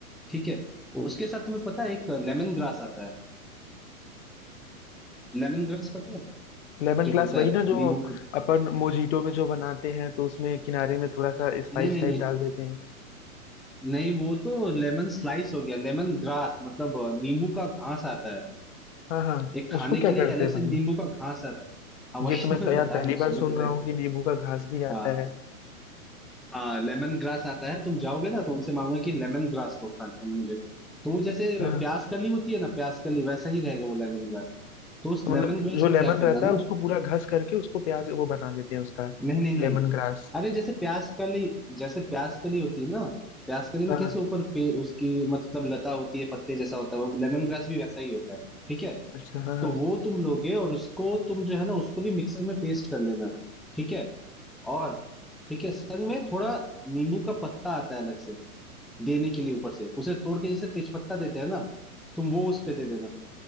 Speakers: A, in the centre; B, on the left.
A: ठीक है उसके साथ तुम्हें पता है एक लेमन ग्रास आता है लेमन ग्रास पता है
B: लेमन
A: जो होता
B: ग्लास वही
A: है
B: ना जो
A: नींबू का-
B: अपन मोजीटो में जो बनाते हैं तो उसमें किनारे में थोड़ा सा स्पाइस
A: नहीं नहीं
B: टाइप
A: नहीं
B: डाल देते हैं
A: नहीं वो तो लेमन स्लाइस हो गया लेमन ग्रास मतलब अ, नींबू का घास आता है
B: हाँ हाँ
A: एक खाने
B: उसको क्या
A: के लिए
B: करते
A: अलग
B: हैं
A: से
B: मतलब
A: नींबू का घास आता है हाँ वही
B: ये तो मैं
A: तो
B: स-
A: मैं बता
B: यार पहली
A: रहा हूँ
B: बार
A: सुनो
B: सुन
A: तो
B: रहा
A: सही
B: हूँ कि नींबू का घास भी
A: हाँ
B: आता है
A: हाँ लेमन ग्रास आता है तुम जाओगे ना तो उनसे मांगोगे कि लेमन ग्रास दो खा मुझे तो वो जैसे
B: हाँ हाँ,
A: प्याज कली होती है ना प्याज कली वैसा ही रहेगा वो लेमन ग्रास तो उस
B: तो
A: लेमन
B: मतलब
A: ग्रास
B: जो
A: को
B: लेमन
A: क्या करना
B: रहता है
A: ना
B: उसको पूरा घस करके उसको प्याज वो बना देते हैं उसका
A: नहीं नहीं नहीं
B: Lemon grass
A: अरे जैसे प्याज कली जैसे प्याज कली होती है ना प्याज कली में
B: हाँ हाँ,
A: कैसे ऊपर पे उसकी मतलब लता होती है पत्ते जैसा होता है वो लेमन ग्रास भी वैसा ही होता है ठीक है
B: अच्छा हाँ हाँ
A: तो वो तुम लोगे और उसको तुम जो है ना उसको भी मिक्सर में पेस्ट कर लेना ठीक है और ठीक है संग में थोड़ा नींबू का पत्ता आता है अलग से देने के लिए ऊपर से उसे तोड़ के जैसे तेजपत्ता देते हैं ना तुम वो उस पे दे देना